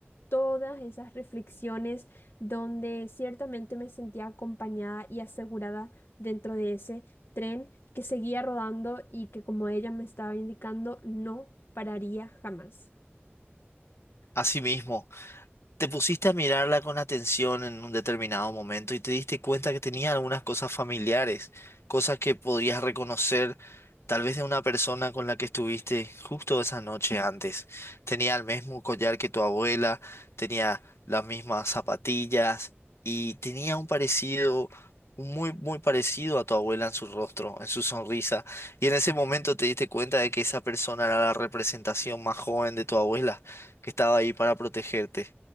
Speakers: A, on the left; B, on the left.
A: todas esas reflexiones donde ciertamente me sentía acompañada y asegurada dentro de ese tren que seguía rodando y que, como ella me estaba indicando, no pararía jamás.
B: Asimismo, te pusiste a mirarla con atención en un determinado momento y te diste cuenta que tenía algunas cosas familiares, cosas que podías reconocer tal vez de una persona con la que estuviste justo esa noche antes. Tenía el mismo collar que tu abuela, tenía las mismas zapatillas y tenía un parecido, un muy, muy parecido a tu abuela en su rostro, en su sonrisa. Y en ese momento te diste cuenta de que esa persona era la representación más joven de tu abuela, que estaba ahí para protegerte.